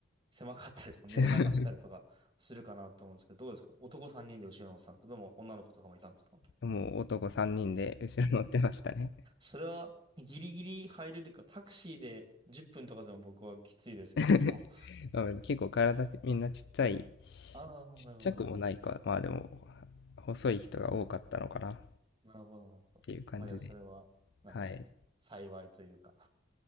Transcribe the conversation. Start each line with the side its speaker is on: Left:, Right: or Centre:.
Right: 狭かったりとか寝れなかったりとかするかなと思うんですけど、
Left: <laughs>
Right: どうですか男3人で後ろ乗ってたんですけども、女の子とかもいたんですか
Left: もう男3人で後ろ乗ってましたね。
Right: それはギリギリ入れるか、タクシーで10分とかでも僕はきついですけれども。
Left: <laughs> まあ結構体みんなちっちゃい
Right: <laughs> ああ、
Left: ちっちゃくもないか、
Right: なるほど、なるほど。
Left: まあでも、細い人が多かったのかなっ
Right: なるほど、なるほど。
Left: ていう感じで。
Right: まあじゃあそれは、なんですかね。
Left: はい。
Right: 幸いというか